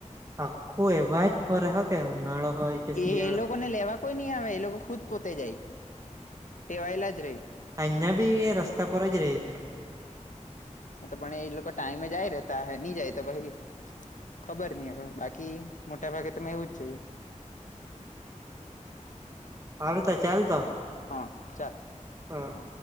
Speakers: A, on the right; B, on the left.
A: આખું એવા જ ફરે હ કે ઉનાળો હોય કે શિયાળો
B: એ એ લોકો ને લેવા કોઈ નહી આવે એ લોકો ખુદ પોતે જાય. ટેવાયેલા જ રેહ
A: <unintelligible> બી રસ્તા પરજ રે છે.
B: હા તો પણ એ લોકો ટાઈમે એ જાય રેતા હ નહી જાય તો ભાઈ ખબર નઈ હવે બાકી મોટા ભાગે તમે એવું જ જોયું.
A: એ હા. હારું તો ચાલ તો.
B: હા ચાલ.
A: હા.
B: હ